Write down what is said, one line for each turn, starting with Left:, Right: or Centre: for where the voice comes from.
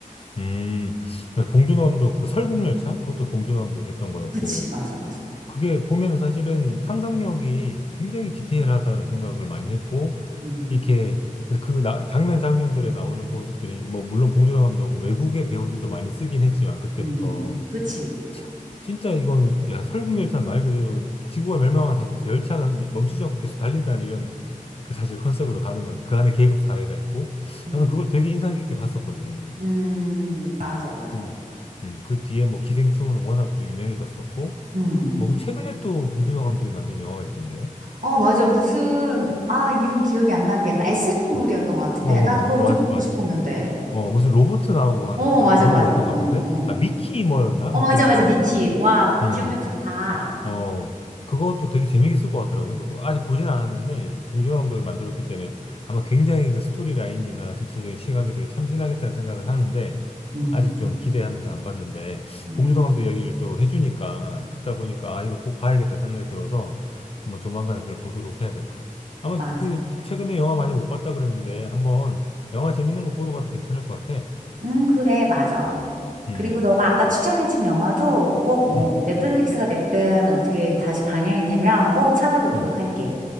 Left: 음, 맞아. 봉준호 감독 그 설국열차 그것도 봉준호 감독 했던 거였고
Right: 그치, 맞아, 맞아.
Left: 그게 보면은 사실은 상상력이 굉장히 디테일하다는 생각을 많이 했고
Right: 음,
Left: 이렇게 그 나- 장면 장면들에 나오는 보수들이 뭐 물론 봉준호 감독은 외국의 배우들도 많이 쓰긴 했지만 그때부터
Right: 음, 그치.
Left: 참, 진짜 이거는 야 설국열차 말 그대로 지구가 멸망한 상태에서 열차가 미- 멈추지 않고 계속 달린다는 이런 그 사실 컨셉으로 가는 건데 그 안에 계급 사회가 있고
Right: 음,
Left: 나는 그걸 되게 인상 깊게 봤었거든.
Right: 음, 맞아,
Left: 음,
Right: 맞아.
Left: 그, 음, 그 뒤에 뭐 기생충은 워낙 또 유명해졌었고,
Right: 음.
Left: 뭐그 최근에 또 봉준호 감독이 만든 영화가 있던데,
Right: 어, 맞아. 무슨, 아, 이름 기억이 안 나는데 약간 SF물이었던
Left: 어,
Right: 것 같은데?
Left: 어, 어,
Right: 나도 그거
Left: 어, 마,
Right: 좀 보고
Left: 맞아.
Right: 싶었는데.
Left: 어, 무슨 로봇 나오고 하는
Right: 어,
Left: 약간
Right: 맞아,
Left: 그런
Right: 맞아.
Left: 거였던
Right: 응,
Left: 것 같은데,
Right: 응. 어,
Left: 아,
Right: 어.
Left: 미키 뭐였나?
Right: 어,
Left: 막
Right: 맞아,
Left: 그랬던
Right: 맞아.
Left: 것
Right: 미키.
Left: 같아. 아,
Right: 와,
Left: 음.
Right: 기억력 좋다.
Left: 음. 어, 그것도 되게 재밌을 것 같더라고요. 그러니까 보- 아직 보진 않았는데, 봉준호 감독이 만들었기 때문에 아마 굉장히 그 스토리 라인이나 전체적인 시각이 되게 참신하겠다는 생각은 하는데,
Right: 음,
Left: 아직 좀 기대하면서 안 봤는데,
Right: 음,
Left: 봉준호 감독 이야기를 또 해주니까, 듣다 보니까, 아, 이거 꼭 봐야겠다 생각이 들어서, 한번 조만간에 그걸 보도록 해야 될 것 같아요. 아마
Right: 맞아.
Left: 그, 최근에 영화 많이 못 봤다 그랬는데, 한번 영화 재밌는 거 보러 가도 괜찮을 것 같아.
Right: 음, 그래, 맞아.
Left: 음,
Right: 그리고 너가 아까 추천해준 영화도 꼭 뭐
Left: 음,
Right: 넷플릭스가 됐든 어떻게 다시 방영이 되면 꼭 찾아보도록
Left: 음.
Right: 할게.